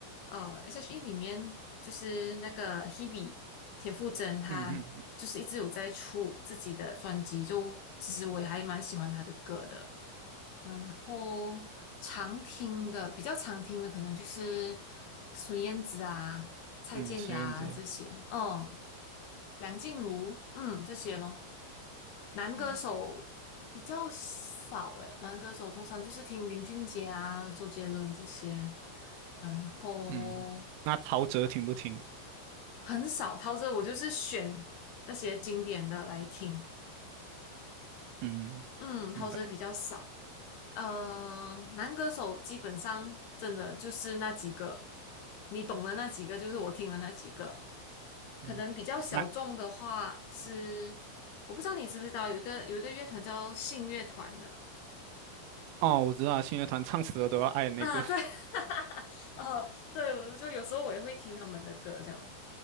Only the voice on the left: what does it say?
呃，S.H.E 里面就是那个 Hebe 田馥甄，她就是一直有在出自己的专辑，
就其实我也还蛮喜欢她的歌的。然后常听的比较常听的可能就是孙燕姿啊、蔡健雅啊这些，
哦，梁静茹，嗯，这些咯。男歌手比较少诶，
男歌手通常就是听林俊杰啊、周杰伦这些，然后
很少陶喆，我就是选那些经典的来听。
嗯，陶喆比较少。
呃，男歌手基本上真的就是那几个，你懂的那几个，就是我听的那几个。
可能比较小众的话是，
我不知道你知不知道，有一个有一个乐团叫信乐团的。
<laughs> 啊，对，
<laughs> 哦，对，我就有时候我也会听他们的歌，这样